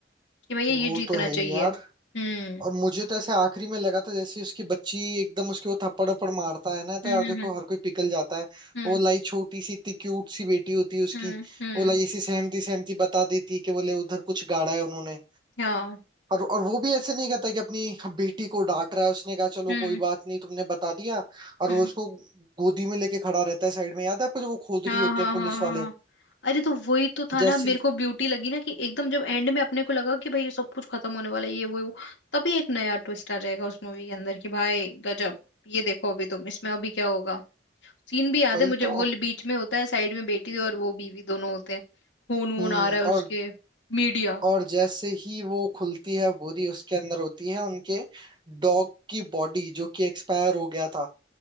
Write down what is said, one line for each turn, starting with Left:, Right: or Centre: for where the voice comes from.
Left: कि भैया
Right: वो
Left: ये जीतना
Right: तो है
Left: चाहिए
Right: ही यार
Left: हम्म
Right: और मुझे तो ऐसे आखिरी में लगा था जैसे उसकी बच्ची एकदम उसके वो थप्पड़ उप्पड़ मारता है ना तो
Left: हम्म
Right: यार देखो
Left: हम्म
Right: हर कोई पिघल जाता है
Left: हम्म
Right: वो लाई छोटी सी इतनी क्यूट सी बेटी होती है उसकी
Left: हम्म हम्म हम्म,
Right: वो लाई ऐसी सहमती सहमती बता देती है कि बोले उधर कुछ गाड़ा है उन्होंने
Left: हाँ
Right: और और वो भी ऐसे नहीं कहता कि अपनी बेटी को डांट रहा है उसने कहा चलो
Left: हम्म
Right: कोई बात नहीं तुमने बता दिया और
Left: हम्म
Right: वो उसको गोदी में लेके खड़ा रहता है साइड में याद है आपको जब वो खोद
Left: हाँ
Right: रही होते
Left: हाँ
Right: हैं पुलिस
Left: हाँ हाँ
Right: वाले
Left: हाँ। अरे तो वही तो था
Right: जैसे
Left: ना मेरे
Right: ही-
Left: को ब्यूटी लगी ना कि एकदम जब एंड में अपने को लगा कि भाई ये सब कुछ खत्म होने वाला है ये वो ये वो तभी एक नया ट्विस्ट आ जाएगा उस मूवी के अंदर कि भाई गजब ये देखो अभी तुम इसमें अभी क्या होगा सीन भी याद
Right: वही
Left: है मुझे
Right: तो
Left: वो बीच में होता है साइड में बेटी और वो बीवी दोनों होते हैं खून वून
Right: हम्म
Left: आ रहा है उसके
Right: और
Left: मीडिया
Right: और जैसे ही वो खुलती है बोरी उसके अंदर होती है उनके डॉग की बॉडी जो कि एक्सपायर हो गया था